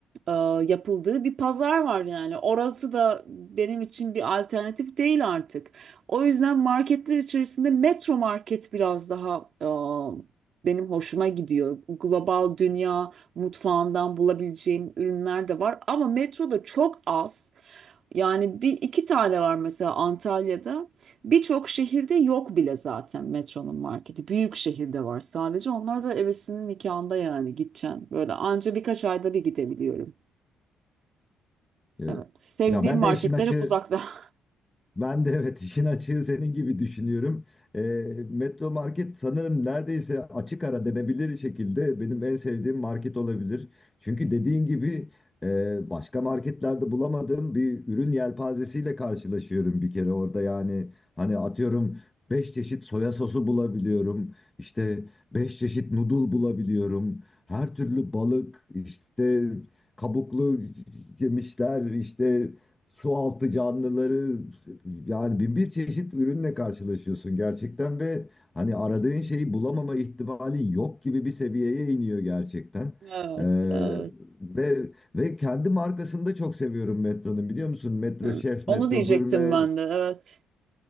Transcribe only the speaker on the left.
E,
Ya ben
de işin açığı
Ben de evet işin açığı senin gibi düşünüyorum. Ee, Metro Market sanırım neredeyse açık ara denebilir şekilde benim en sevdiğim market olabilir. Çünkü dediğin gibi e, başka marketlerde bulamadığım bir ürün yelpazesiyle karşılaşıyorum bir kere orada. Yani hani atıyorum 5 çeşit soya sosu bulabiliyorum. İşte 5 çeşit noodle bulabiliyorum. Her türlü balık işte kabuklu yemişler işte su altı canlıları yani bin bir çeşit ürünle karşılaşıyorsun gerçekten ve hani aradığın şeyi bulamama ihtimalin yok gibi bir seviyeye iniyor gerçekten.
Ee,
ve ve kendi markasını da çok seviyorum Metro'nun biliyor musun? Metro
Şef,
Metro
Gurme